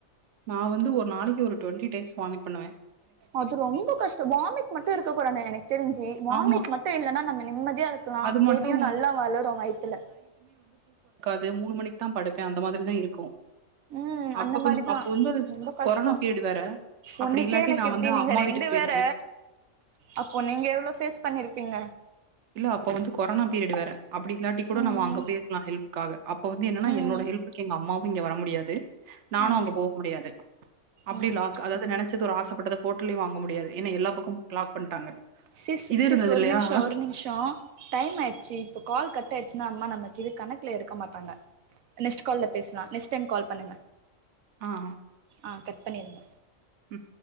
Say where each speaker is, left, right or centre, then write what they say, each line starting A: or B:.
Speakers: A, on the right; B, on the right.
A: நா வந்து ஒரு நாளைக்கு ஒரு டொண்டி டைம்ஸ் வாமிட் பண்ணுவே
B: அது ரொம்பொ கஷ்டோ வாமிட் மட்டு இருக்க கூடாங்க எனக் தெரிஞ்சு வாமிட்
A: ஆமா.
B: மட்டு இல்லனா நம்ம நிம்மதியா இருக்குலா
A: அது
B: பேபியு
A: மட்டும்
B: நல்லா வளரும் வயித்துல
A: பே மூண் மணிக்கு தா படுப்பே அந்த மாதிரிதா இருக்கு
B: ம்
A: அப்ப
B: அந்த
A: கொ
B: மாரிதா
A: அப்போ வந்து
B: ரொம்ப கஷ்டோ
A: கொரனா பீரியடு வேற அப்டி
B: ஒன்னுக்கே
A: இல்லாட்டி
B: எனக்கு
A: நா
B: இப்டி
A: வந்து
B: நீங்க
A: அம்மா
B: ரெண்டு
A: வீட்டுக்கு பேய்ருப்பே
B: வேற அப்போ நீங்க எவுளோ ஃபேஸ் பண்ணிருப்பீங்க
A: இல்ல அப்ப வந்து கொரானா பீரியடு வேற அப்டி இல்லாட்டி கூட
B: ம்
A: நம்மோ அங்க பேர்க்லா ஹெல்ப்க்காக அப்போ வந்து என்னனா
B: ம்
A: என்னோட ஹெல்புக்கு எங்க அம்மாவு இங்க வர முடியாது நானு
B: ம்
A: அங்க போகு முடியாது அப்டி
B: ம்
A: லாக் அதாது நெனச்சது ஒரு ஆசப்பட்டது ஹோட்ல்லயு வாங்க முடியாது எனா எல்லா பக்கமு லாக் பண்ட்டாங்க
B: சிஸ்
A: இது
B: சிஸ்
A: இருந்தது
B: ஒரு
A: இல்லையா
B: நிம்ஷொ ஒரு நிம்ஷோ டைம் ஆய்ட்ச்சு இப்ப கால் கட் ஆய்டுச்சுனா அம்மா நமக்கிது கணக்ல எடுக்க மாட்டாங்க நெக்ஸ்ட்டு கால்ல பேஸ்லா நெக்ஸ்ட் டைம் கால் பண்ணுங்க
A: ஆஹ்
B: ஆ கட் பண்ணிருங்க
A: ம்